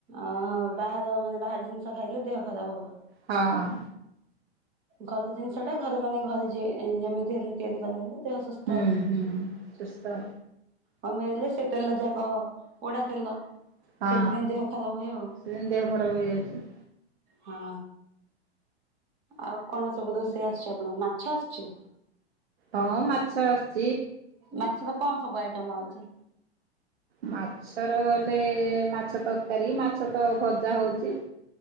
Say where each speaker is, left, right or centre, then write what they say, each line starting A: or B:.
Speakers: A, on the right (about 35°); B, on the right (about 65°).
A: ଅହ ବାହାର ମାନେ ବାହାର ଜିନିଷ ଖାଇଲେ ଦେହ ଖରାପ ହବ।
B: ହଁ
A: ଘରେ ଜିନିଷ ଟା ଘରେ ମାନେ ଘରେ ଯେମିତି ହେଲେ ତିଆରି କଲେ ହେଲେ। ଦେହ ସୁସ୍ଥ
B: ହୁଁ
A: ଆଉ।
B: ହୁଁ ସୁସ୍ଥ
A: କମେଇଲେ ସେ ତେଲ ଯାକ ପୋଡା ତେଲ।
B: ହଁ
A: ସେଥିପାଇଁ ଦେହ ଖରାପ ହୁଏ ଆଉ।
B: ସେଦିନ ଦେହ ଖରାପ ହେଇଯାଉଛି
A: ହଁ ଆଉ କଣ ସବୁ ରୋଷେଇ ଆସିଛି ଆପଣ ମାଛ ଆସିଛି?
B: ହଁ ମାଛ ଆସ
A: ମାଛ ତ କଣ ସବୁ ଆଇଟମ ହଉଛି?
B: ମାଛର ହେଲେ ମାଛ ତରକାରୀ ମାଛ ତ ଭଜା ହଉଚି।